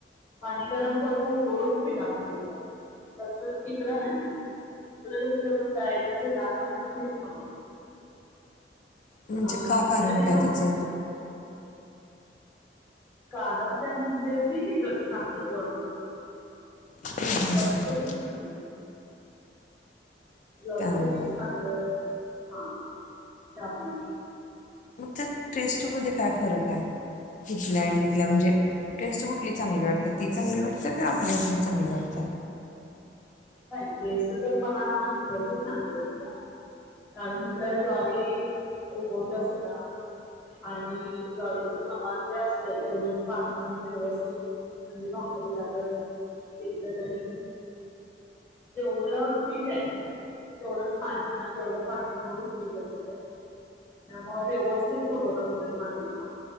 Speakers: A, on the left; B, on the left.
A: पाणी गरम करून उकळून पिठामध्ये येत. तस इकडं नाही इकड कस डायरेक्ट गार पाण्यात पीठ मळत.
B: म्हणजे
A: आणि
B: का कारण
A: लगेच
B: काय
A: भाकरी
B: त्याचं?
A: करतात कारण काय म्हणजे पीक इकडचं चांगल आहे ज्वारीच.
B: हां हां
A: ज्वारीचे
B: हां हां
A: पीक पण ज्वारीचं
B: त्यामुळं
A: पीक चांगलं हा त्यामुळे
B: उठत. टेस्टमध्ये काय फरक आहे. तिथल्या आणि तिथल्या म्हणजे टेस्ट कुठली चांगली वाटते? तर ती चांगली वाटतें का आपल्या इथलीच चांगली वाटते?
A: नाही टेस्ट तर मला इकडची चांगली वाटते. कारण हितज्वारी उगवती सुद्धा. आणि ज्वारीचं प्रमाण जे असे तेवढंच पाणी व्यवस्थित आणि भाकरी करता. जेवढं पीठ आहे तेवढंच पाणी जेवढं पाणी तेवढंच पीठ असतं. त्यामुळे व्यवस्थित पुरवठा होतोय पाण्याचा